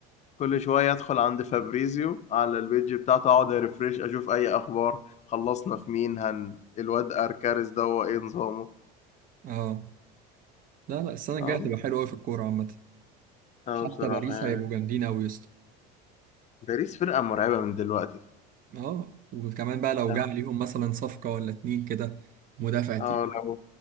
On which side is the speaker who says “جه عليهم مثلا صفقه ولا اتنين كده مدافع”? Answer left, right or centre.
Right